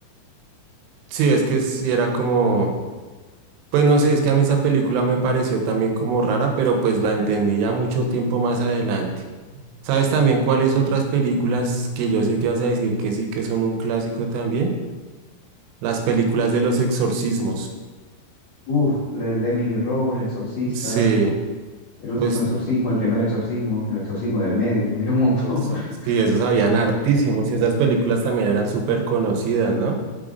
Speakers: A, on the right (about 85°); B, on the left (about 55°).
A: Sí, es que sí era como, pues no sé, es que a mí esa película me pareció también como rara, pero pues la entendí ya mucho tiempo más adelante. ¿Sabes también cuáles otras películas que yo sé que vas a decir que sí, que son un clásico también? Las películas de los exorcismos.
B: Uf, la- el Emily Rose, El Exorcista,
A: Sí,
B: El Último
A: pues
B: Exorcismo, El Primer Exorcismo, El Exorcismo del Medio. <laughs> Hay un montón.
A: eso.
B: <laughs>
A: Sí, esos habían hartísimos y esas películas también eran súper conocidas, ¿no?